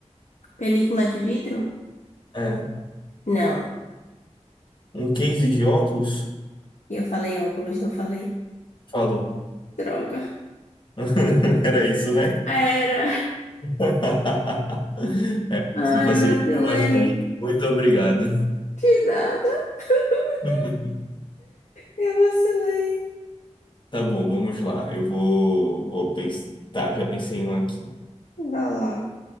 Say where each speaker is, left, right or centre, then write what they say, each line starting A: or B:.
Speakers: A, on the left; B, on the left.
A: Película de vidro?
B: É.
A: Não.
B: Um case de óculos?
A: Eu falei óculos, não falei.
B: Falou.
A: Droga.
B: <laughs> Era isso, né?
A: Era.
B: <laughs> É, você
A: Ai,
B: facilitou
A: vacilei.
B: bastante. Muito obrigado.
A: De nada. <laughs>
B: <laughs>
A: Eu vacilei.
B: Tá bom, vamos lá. Eu vou, vou pensar. Tá, já pensei em um aqui.
A: Vai lá.